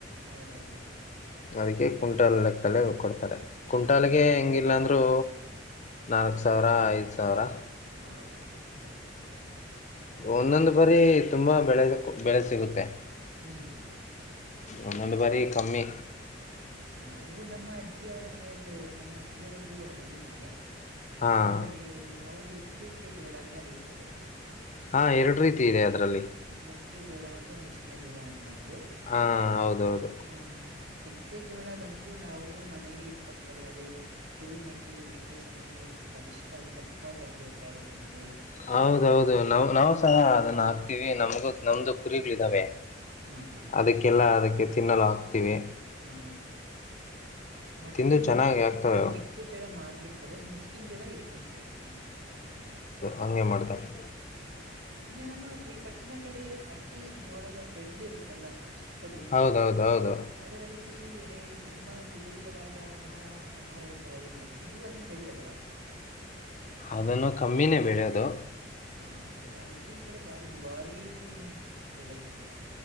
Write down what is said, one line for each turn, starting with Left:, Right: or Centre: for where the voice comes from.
Right: ಹೌದೌದು
Left: ಅದಕ್ಕೆ ಕುಂಟಾಲ್ ಲೆಕ್ಕಲೆ ಕೊಡ್ತಾರೆ ಕುಂಟಾಲ್ಗೆ ಹೆಂಗಿಲ್ಲಾಂದ್ರರು ನಾಲ್ಕ್ ಸಾವಿರ ಐದು ಸಾವಿರ
Right: ಹಾ ಸರಿ ಸರಿ ಸರಿ
Left: ಒಂದೊಂದು ಬಾರಿ ತುಂಬಾ ಬೆಳೆ ಬೆಳೆ ಸಿಗುತ್ತೆ
Right: ಹ್ಮ್ ಹ್ಮ್
Left: ಒನ್ನಂದು ಬಾರಿ ಕಮ್ಮಿ
Right: ನಾವು ನಮ್ಮ ಅಜ್ಜಿಯವರ ಮಳೆಯಲ್ಲಿ ಹೋಗ ನಮ್ಮ ಅಜ್ಜಿಯ ಅವರದ್ದು ಹಳ್ಳಿನೇ
Left: ಹಾಂ
Right: ನಾವು ಅಲ್ಲಿ ಹೋಗ್ ಅವ್ರು ಎರಡು ರೀತಿಯ ಜೋಳಗಳನ್ನ ಬೆಳೀತಾರೆ
Left: ಹಾಂ ಎರಡು ರೀತಿ ಇದೆ ಅದರಲ್ಲಿ
Right: ಮೆಕ್ಕೆಜೋಳ ಒಂದು ಮುಸಕಿನ ಜೋಳ ಅಂತಂದು
Left: ಹಾ ಹೌದೌದು
Right: ಹಾ ಹಾ ನಿ ಜೋಳ ಬಂದು ನಾ ಅವರು ಮನೆಗೆ ಇಟ್ಕೊಂತಾರೆ ಅದೇನು ಕುರಿ ಮೇಕೆಗಳ ಇಟ್ಟ್ರೆ ಚೆನ್ನಾಗಿ ಬಲಿಷ ಇಷ್ಟವಾಗಿ ತಪ್ಪದ ಗೊತ್ತಾಗುತ್ತಂತೆ
Left: ಹೌದೌದು ನಾವ ನಾವು ಸಹ ಅದನ್ನ ಹಾಕ್ತಿೀವಿ ನಮಗೂ ನಮ್ದು ಕುರಿಗಳಿದಾವೆ
Right: ಹ ಹಾ
Left: ಅದಕ್ಕೆಲ್ಲ ಅದಕ್ಕೆ ತಿನ್ನಲು ಹಾಕ್ತಿವಿ
Right: ಹ್ಮ ಮತ್ತೆ
Left: ತಿಂದು
Right: ಮುಸ್ಕಿ
Left: ಚೆನ್ನಾಗಿ ಆಗ್ತವೆ
Right: ಇನ್ನ
Left: ಅವು
Right: ಮೆಕ್ಕೆ ಜ್ವರ ಮಾರ್ಬಿಡ್ ಸರಿ ಮುಸ್ಕಿನ್ ಜೋಳ ಇಟ್ಕೊಂತರಿ ಹದು
Left: ಹಂಮಾಡ್ತಾರೆ
Right: ಇನ್ನು ನಮ್ಮ ಈ ಪಟ್ಟಣ ಕಡೆ ಹಸಿ ಜೋಳದ ಬೆಂಡ ಇರುತ್ತಲ್ಲ ದು
Left: ಹೌದೌದೌದು
Right: ಅದರಲ್ಲಿ ಬೇರೆ ತುಂಬಾ ವಿಧ ವಿಧವಾದ ಆಹಾರ ಆಹಾರಗಳ ತಯಾರಿ ಮಾಡ್ತರಿ ನೀವು ಅದನ್ನ ಬೆಡಿ ಅಲ್ವಾ
Left: ಅದನ್ನು ಕಮ್ಮಿನೇ ಬೆಳೆಯೋದು
Right: ಹ ಅದ ಅದಕ್ಕೆ ಈ ಕಡೆ ಬಾರಿ ದುಬಾರಿ ಬೆಳೆ ಸಿಗುತ್ತೆ